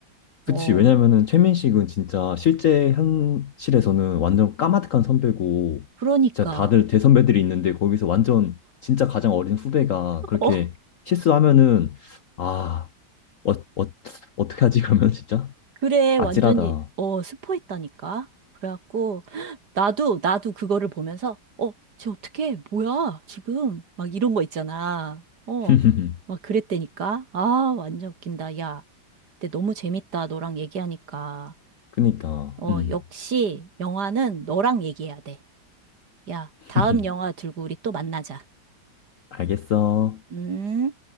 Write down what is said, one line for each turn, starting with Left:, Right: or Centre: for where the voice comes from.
Right: 어.
Left: 그치. 왜냐면은 최민식은 진짜 실제 현실에서는 완전 까마득한 선배고,
Right: 그러니까.
Left: 진짜 다들 대선배들이 있는데 거기서 완전 진짜 가장 어린 후배가 그렇게
Right: 어,
Left: 실수하면은, 아, 어, 어, 어떻게 하지, <laughs> 그러면 진짜?
Right: 그래, 완전히,
Left: 아찔하다.
Right: 어, 스포했다니까. 그래갖고, 나도, 나도 그거를 보면서, 어, 쟤 어떡해, 뭐야, 지금. 막 이런 거 있잖아. 어,
Left: <laughs>
Right: 막 그랬다니까. 아, 완전 웃긴다, 야. 근데 너무 재밌다, 너랑 얘기하니까.
Left: 그니까,
Right: 어,
Left: 음.
Right: 역시, 영화는 너랑 얘기해야 돼. 야,
Left: <laughs>
Right: 다음 영화 들고 우리 또 만나자.
Left: 알겠어.
Right: 음.